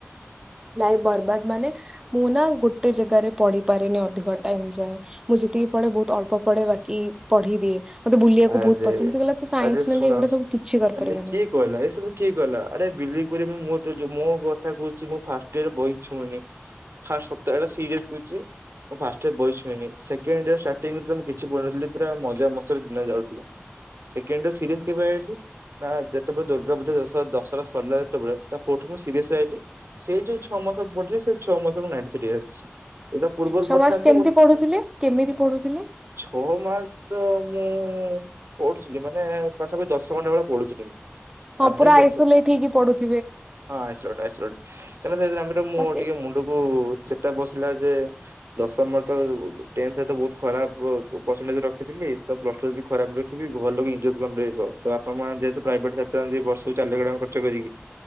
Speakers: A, on the right; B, on the right.
A: ଲାଇଫ ବର୍ବାଦ ମାନେ, ମୁଁ ନା ଗୋଟେ ଜାଗାରେ ପଢ଼ି ପାରେନି, ଅଧିକ ଟାଇମ ଯାଏ। ମୁଁ ଯେତିକି ପଢ଼େ ବହୁତ ଅଳ୍ପ ପଢ଼େ ବାକି ପଢ଼ି ଦିଏ। ମତେ ବୁଲିବାକୁ
B: ଆରେ
A: ବହୁତ ପସନ୍ଦ ସେ କହିଲା, ତୁ ସାଇନ୍ସ
B: ଆରେ
A: ନେଲେ
B: ଶୁଣ
A: ଏଗୁଡା
B: ମାନେ
A: ସବୁ କିଛି କରିପାରିବନି।
B: କିଏ କହିଲା? ଏସବୁ କିଏ କହିଲା? ଆରେ, ବିଲିଭ୍ କରିବନି ମୋର ତ ଯଉ ମୋ କଥା କହୁଛି ମୁଁ ଫାର୍ଷ୍ଟ ୟିଅରରେ ବହି ଛୁଇଁନି ଫାର୍ଷ୍ଟ ସତ ଏଇଟା ସିରିୟସ୍ କହୁଛି। ମୁଁ ଫାର୍ଷ୍ଟ ଇୟର ବହି ଛୁଇଁନି ସେ କେଣ୍ଡ ଇୟର ଷ୍ଟାର୍ଟିଂରେ ତ ମୁ କିଛି ପଢୁନଥିଲି ପୁରା ମଜାମସ୍ତି ରେ ଦିନ ଯାଉଥିଲା। ସେକେଣ୍ଡ ଇୟର ସିରିଏସ କେବେ ଆଇଲି। ନା, ଯେତେବେଳେ ଦୁର୍ଗା ପୂଜା ଦଶହ ଦଶହରା ସରିଲା, ଯେତେବେଳେ ତା ପରଠୁ ମୁଁ ସିରିଏସ ଆଇଲି ସେଇ ଯୋଉ ଛ ମାସ ପଢିଛି ସେ ଛଅ ମୁଁ ସବୁ ନାଇଣ୍ଟି ଥ୍ରୀ ଆସିଛି। ଏ ତା ପୂର୍ବରୁ
A: ଛଅ
B: ପଢିଥାନ୍ତି
A: ମାସ କେମିତି
B: ମତେ
A: ପଢୁଥିଲେ? କେମିତି ପଢୁଥିଲେ?
B: ଛଅ ମାସ ତ ମୁଁ ପଢ଼ୁଥିଲି ମାନେ ପାଖାପାଖି ଦଶ ଘଣ୍ଟା ଭଳିଆ ପଢ଼ୁଥିଲି ମୁଁ।
A: ହଁ
B: ଆଭରେଜ
A: ପୁରା
B: ଦଶ
A: ଆଇସୋଲେଟ ହେଇକି ପଢ଼ୁଥି
B: ହଁ ଆଇସୋଲେଟ୍‌ ଆଇସୋଲେଟ୍ କାରଣ ସେ ଯେତେବେଳେ ଆମର ମୁଁ
A: ମତେ
B: ଟିକେ ମୁଣ୍ଡକୁ ଚେତା ପଶ ଥିଲା ଯେ ଦଶମରେ ତ ଟେନ୍ଥ ରେ ତ ବହୁତ ଖରାପ ପ-ପ-ପରସେଣ୍ଟେଜ୍ ରଖିଥିଲି। ତ, ପ୍ଲସ ଟୁ ରେ ଯଦି ଖରାପ ରଖିବି, ଘର ଲୋକ ଇଜ୍ଜତ କଣ ଦେବ। ତ ଆପଣମାନେ ଯେହେତୁ ପ୍ରାଇଭେଟ ରେ ଏତେ ଦିଅନ୍ତି ବର୍ଷକୁ ଚାରି ଲକ୍ଷ ଟଙ୍କା ଖର୍ଚ୍ଚ କରିକି।